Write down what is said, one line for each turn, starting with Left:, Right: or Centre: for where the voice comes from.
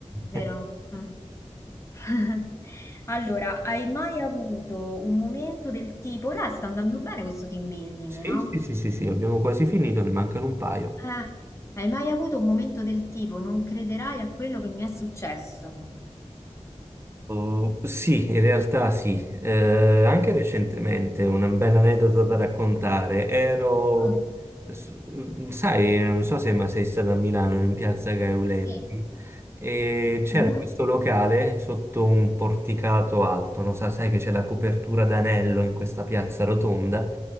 Left: vero?
Right: <laughs>
Left: Mm. <laughs> Allora, hai mai avuto un momento del tipo, dai, sta andando bene questo team building,
Right: Sì,
Left: no?
Right: sì, sì, sì, sì, abbiamo quasi finito, ne mancano un paio.
Left: Ah, hai mai avuto un momento del tipo, non crederai a quello che mi è successo?
Right: Oh, sì, in realtà sì, Eh, anche recentemente una bella aneddota da raccontare. Ero,
Left: Mm,
Right: s- mm, sai, non so se ma sei stata a Milano, in piazza Gaeulenti,
Left: Sì,
Right: e c'era
Left: Mhm,
Right: questo locale sotto un porticato alto, non so, sai che c'è la copertura d'anello in questa piazza rotonda,